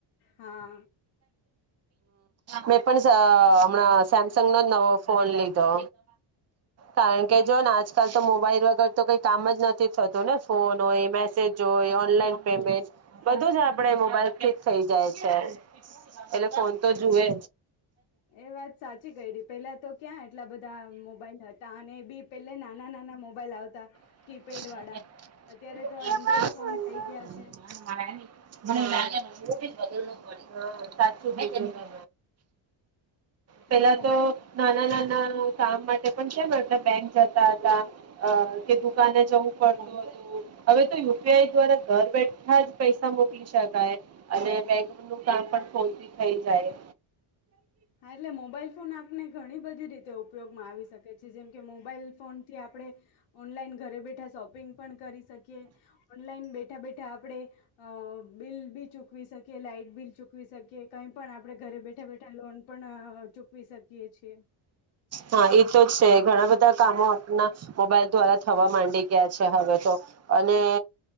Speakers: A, on the left; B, on the right.
A: હા
B: મે. <unintelligible> પણ શ હમણાં, સેમસંગ નો નવો ફોન લીધો કારણ કે જોને આજકાલ તો મોબાઈલ વગર તો કઈ કામ જ નથી થતું ને ફોન હોય મેસેજ જો ઓનલાઈન પેમેન્ટ બધું જ આપ આપડ મોબાઈલ ફીટ થઈ જાય છે એટલે ફોન તો જુએ.
A: એ વાત સાચી કરી ર પેલા તો ક્યાં એટલા બધા ધા મોબાઈલ હતા અને બી પેલા નાના નાના મોબાઈલ આવતા.
B: <unintelligible> <unintelligible>
A: કીપેડ વાળા અત્યારે તો એન્ડ્રોઈડ ફોન થઈ ગયા છે
B: સાચું કીધું તમે પેલા
A: અને મોબાઈલ
B: તો નાના નાના કામ માટે પણ છે ને એટ બેંક જતા હતા અ કે જવું પડ હવે તો યુપીઆઈ દ્વારા ઘર બેઠા જ પૈસા મોકલી શકાય અને બેંક નું કામ પણ ખોલતી થઈ જાય.
A: હા એટલે મોબાઈલ ફોન આપણે ઘણી બધી રીતે તે ઉપયોગમાં આવી શકે છે જેમ કે મોબાઈલ ફોન થી આપણે ઓનલાઈન ઘરે બેઠા શોપિંગ પણ કરી શકીએ ઓનલાઈન બેઠા બેઠા આપણે બિલ બી ચૂકવી શકીએ લાાઈટ બિલ ચૂકવી શકીએ કંઈ પણ આપણે પણે ઘરે બેઠા બેઠા લોન પણ ચૂકવી શકીએ છીએ.
B: હા એતો જ છે ઘણા બધા કામ હો આપના મોબાઈલ દ્વારા થવા માંડી ગયા છે, હવે તો અને